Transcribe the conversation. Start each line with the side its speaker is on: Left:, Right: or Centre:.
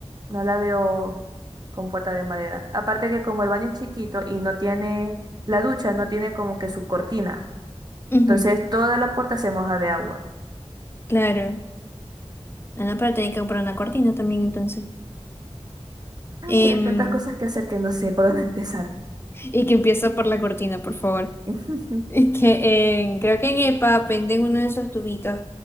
Right: No la veo con puerta de madera. Aparte que como el baño es chiquito y no tiene, la ducha no tiene como que su cortina.
Left: Ujú,
Right: Entonces toda la puerta se moja de agua.
Left: claro. Ah, no, pero tenés que comprar una cortina también entonces.
Right: Ay,
Left: Em,
Right: hay tantas cosas que hacer que no sé por dónde empezar.
Left: y que empieza por la cortina, por favor.
Right: <laughs>
Left: Es que en- creo que en EPA venden uno de esos tubitos.